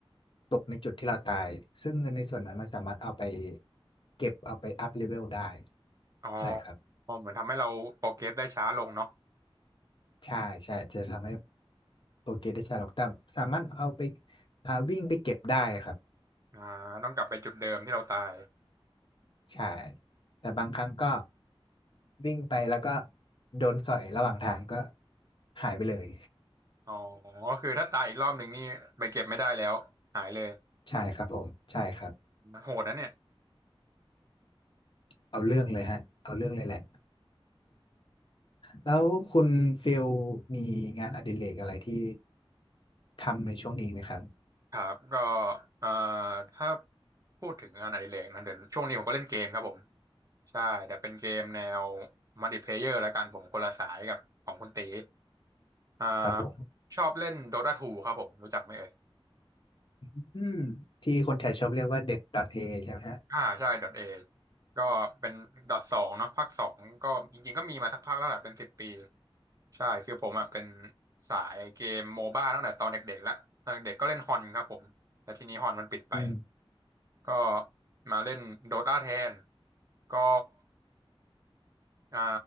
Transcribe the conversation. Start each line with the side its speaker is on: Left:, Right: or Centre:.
Left: ตกในจุดที่เราตายซึ่งเงินในส่วนนั้นมันสามารถเอาไปเก็บเอาไปอัพเลเวลได้
Right: อ๋อ
Left: ใช่ครับ
Right: อ๋อเหมือนทำให้เราโปรเกรสได้ช้าลงเนาะ
Left: ใช่ใช่จะทำให้โปรเกรสได้ช้าลงแต่สามารถเอาไปอ่าวิ่งไปเก็บได้ครับ
Right: อ่า ต้องกลับไปจุดเดิมที่เราตาย
Left: ใช่แต่บางครั้งก็วิ่งไปแล้วก็โดนสอยระหว่างทางก็หายไปเลย
Right: อ๋อคือถ้าตายอีกรอบหนึ่งนี่ไปเก็บไม่ได้แล้วหายเลย
Left: ใช่ครับผมใช่ครับ
Right: โหดนะเนี่ย
Left: เอาเรื่องเลยฮะเอาเรื่องเลยแหละแล้วคุณฟิลมีงานอดิเรกอะไรที่ทำในช่วงนี้ไหมครับ
Right: ครับก็เอ่อถ้าพูดถึงงานอดิเรกนะเดี๋ยวช่วงนี้ผมก็เล่นเกมครับผมใช่แต่เป็นเกมแนวมัลติเพลเยอร์แล้วกันผมคนละสายกับของคุณตีอ่า
Left: ครับผม
Right: ชอบเล่น Dota 2ครับผมรู้จักไหมเอ่ย
Left: อืมที่คนไทยชอบเรียกว่าเด็ด .a ใช่ไหมฮะ
Right: อ่าใช่ Dot A ก็เป็น Dot สองเนาะภาคสองก็จริงๆก็มีมาสักพักแล้วแหละเป็นสิบปีใช่คือผมอ่ะเป็นสายเกมโมบ้าตั้งแต่ตอนเด็กๆแล้วตอนเด็กๆก็เล่นฮอนครับผมแต่ทีนี้ฮอนมันปิดไป
Left: อืม
Right: ก็มาเล่นโดตาแทนก็อ่า